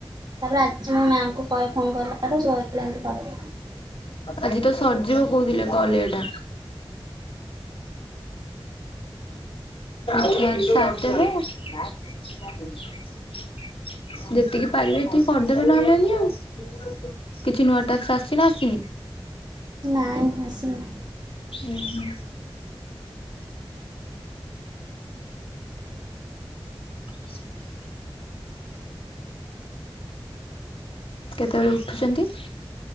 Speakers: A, on the right; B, on the left.
A: ତାପରେ ଆଜି ମୁଁ ମ୍ୟାମ୍ କହି ଫୋନ୍ କଲାଠାରୁ ସେ <unintelligible> ଏମତି କଲେ।
B: ଆଜି ତ ସରିଯିବ କହୁଥିଲେ ଏ କଲ୍ ଇଏଟା। ହୁଁ ଆଛା <inaudible> ଯେତିକି ପାରିବେ ଏତିକି କରିଦେବେ ନହେଲେଣିି ଆଉ। କିଛି ନୂଆ ଟ୍ୟାକ୍ସ ଆସିଛି ନା ଆସିନି।
A: ନାଇଁ ଆସିନି।
B: ଉଁ ହୁଁ। ସେ କେତେବେଳେ ଉଠୁଛନ୍ତି?